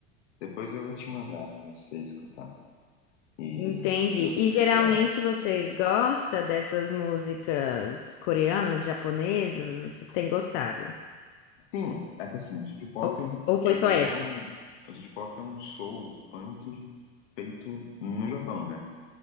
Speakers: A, on the left; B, on the left.
A: Depois eu vou te mandar pra você escutar e
B: Entendi.
A: ver o que
B: E geralmente
A: que você acha.
B: você gosta dessas músicas coreanas, japonesas? Você tem gostado?
A: Sim, é que assim, o City Pop,
B: Ou,
A: ele,
B: ou foi
A: ele
B: só essa?
A: é um. O City Pop é um soul, um funk feito no Japão, né?